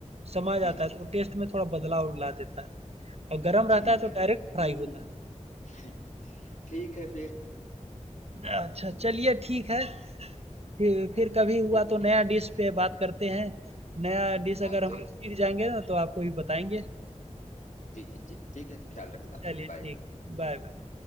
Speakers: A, on the right; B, on the left.
A: समा जाता
B: जी जी
A: है तो टेस्ट में थोड़ा बदलाव ला देता है। और गरम रहता
B: जी
A: है तो
B: मेरे
A: डायरेक्ट
B: भाई
A: फ्राई होता है।
B: <laughs> ठीक है फिर
A: अच्छा चलिए ठीक है। फिर फिर कभी हुआ
B: ठीक है
A: तो नया डिश पे बात करते हैं। नया डिश
B: हाँ
A: अगर हम
B: जरूर
A: लोग सीख जाएँगे ना तो आपको भी बताएँगे।
B: जी जी जी ठीक है ख्याल रखना अपना
A: चलिए
B: बाय
A: ठीक है। बाय-बाय।